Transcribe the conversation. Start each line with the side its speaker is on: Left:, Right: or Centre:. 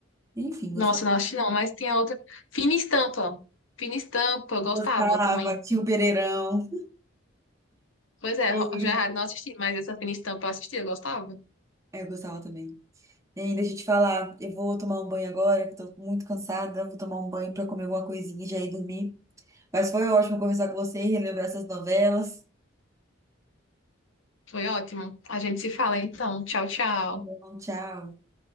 Right: Enfim, gostava.
Left: Nossa, não acho que não, mas tem a outra. Fina Estampa. Fina Estampa, eu
Right: Gostava,
Left: gostava também.
Right: tio Pereirão.
Left: Pois é,
Right: Ei.
Left: Ro- já é raro não assisti, mas essa Fina Estampa eu assisti, eu gostava.
Right: É, Eu gostava também. Ei, deixa eu te falar, eu vou tomar um banho agora, que eu tô muito cansada. Vou tomar um banho pra comer alguma coisinha e já ir dormir. Mas foi ótimo conversar com você e relembrar essas novelas.
Left: Foi ótimo. A gente se fala então. Tchau, tchau.
Right: Tá bom, Tchau.